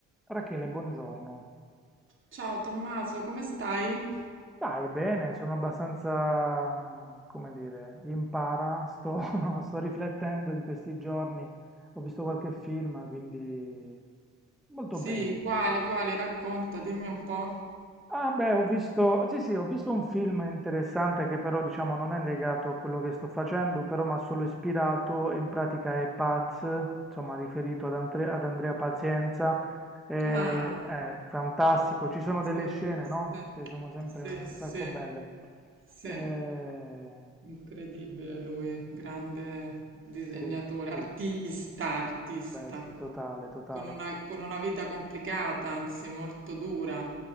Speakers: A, in the centre; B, on the right (about 40°).
A: Rachele, buongiorno.
B: Ciao Tommaso, come stai?
A: Dai, bene, sono abbastanza, mm, come dire, in para, sto, <laughs> no, sto riflettendo in questi giorni, ho visto qualche film, quindi molto
B: Sì,
A: bene.
B: quale, quale, racconta, dimmi un po'.
A: Ah beh, ho visto, sì sì, ho visto un film interessante che però diciamo non è legato a quello che sto facendo, però mi ha solo ispirato, in pratica è Paz, insomma riferito ad, Andre- ad Andrea Pazienza, e-
B: Ah,
A: è fantastico, ci sono
B: sì,
A: delle scene,
B: sì,
A: no? Che sono sempre
B: sì,
A: un
B: sì,
A: sacco belle.
B: sì.
A: Eh,
B: incredibile lui, grande disegnatore,
A: sì, sì,
B: artista, artista,
A: beh sì, totale, totale.
B: con una, con una vita complicata, anzi molto dura.